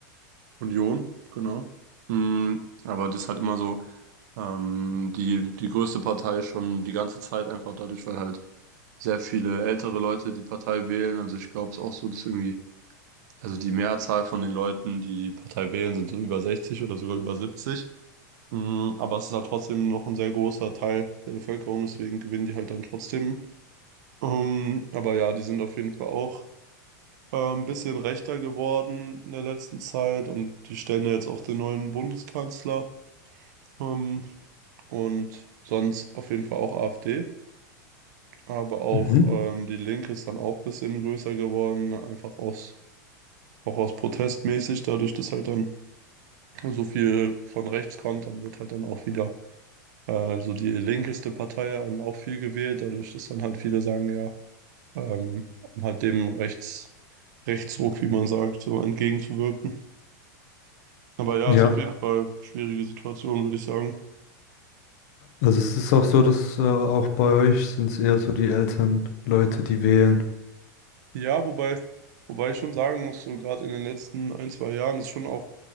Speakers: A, on the right (about 65°); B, on the left (about 60°).
A: Union, genau. Mhm. Aber das ist halt immer so ähm, die, die größte Partei schon die ganze Zeit, einfach dadurch, weil halt sehr viele ältere Leute die Partei wählen. Also ich glaube es auch so, dass irgendwie Also die Mehrzahl von den Leuten, die die Partei wählen, sind so über 60 oder sogar über 70. Mm, Aber es ist halt trotzdem noch ein sehr großer Teil der Bevölkerung, deswegen gewinnen die halt dann trotzdem. Ähm, aber ja, die sind auf jeden Fall auch äh, ein bisschen rechter geworden in der letzten Zeit und die stellen ja jetzt auch den neuen Bundeskanzler. Ähm, und sonst auf jeden Fall auch AfD. Aber auch
B: Mhm.
A: ähm, die Linke ist dann auch ein bisschen größer geworden, einfach aus, auch aus protestmäßig, dadurch, dass halt dann so viel von rechts kommt, dann wird halt dann auch wieder äh, so die linkeste Partei dann auch viel gewählt, dadurch, dass dann halt viele sagen, ja, ähm, um halt dem Rechts, Rechtsruck, wie man sagt, so entgegenzuwirken. Aber ja,
B: Ja,
A: ist auf jeden Ja. Fall schwierige Situation, würde ich sagen.
B: also es ist auch so, dass äh, auch bei euch sind es eher so die älteren Leute, die wählen.
A: Ja, wobei, wobei ich schon sagen muss, so gerade in den letzten ein, zwei Jahren ist schon auch